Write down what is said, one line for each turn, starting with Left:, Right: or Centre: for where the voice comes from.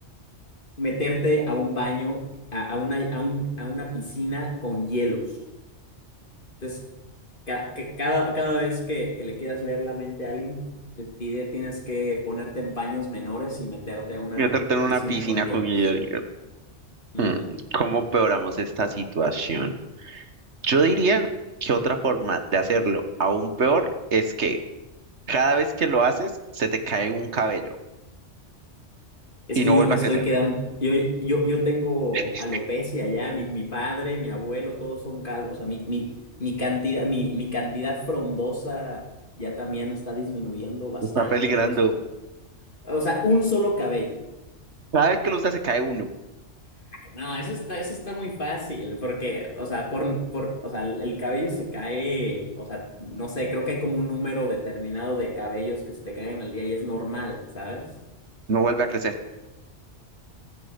Left: meterte a un baño, a, a una, a un- a una piscina con hielos. Entonces, ca- ca- cada, cada vez que, que le quieras leer la mente a alguien, te, tide- tienes que ponerte en paños menores y meterte a una
Right: Yo te en una
Left: piscina
Right: piscina
Left: con hielos.
Right: con hielo.
Left: Ujú.
Right: Mm, ¿Cómo peoramos esta situación? Yo diría que otra forma de hacerlo aún peor es que cada vez que lo haces, se te cae un cabello
Left: Es
Right: y
Left: que
Right: no
Left: yo
Right: vuelve
Left: me
Right: a
Left: estoy
Right: crecer.
Left: quedando, yo, yo, yo tengo
Right: <laughs>
Left: alopecia ya, mi, mi padre, mi abuelo, todos son calvos, o sea, mi, mi, mi cantidad, mi, mi cantidad frondosa ya también está disminuyendo bastante,
Right: Está peligrando.
Left: entonces, o sea, un solo cabello.
Right: Cada vez que lo usas, se cae uno.
Left: No, eso está, eso está muy fácil, porque, o sea, por, por, o sea, el cabello se cae, o sea, no sé, creo que hay como un número determinado de cabellos que se te caen al día y es normal, ¿sabes?
Right: No vuelve a crecer.